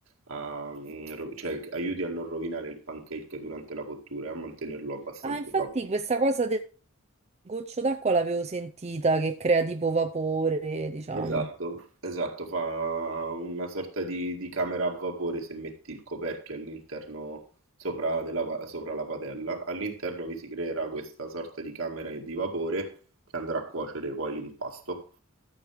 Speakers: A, on the right; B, on the right.
A: a, mm, ro- cioè che aiuti a non rovinare il pancake durante la cottura e a mantenerlo abbastanza
B: Ah, infatti
A: sopido.
B: questa cosa del goccio d'acqua l'avevo sentita che crea tipo vapore, diciamo.
A: Esatto, esatto, fa una sorta di, di camera a vapore se metti il coperchio all'interno sopra, della pa- sopra la padella. All'interno vi si creerà questa sorta di camera di vapore che andrà a cuocere poi l'impasto.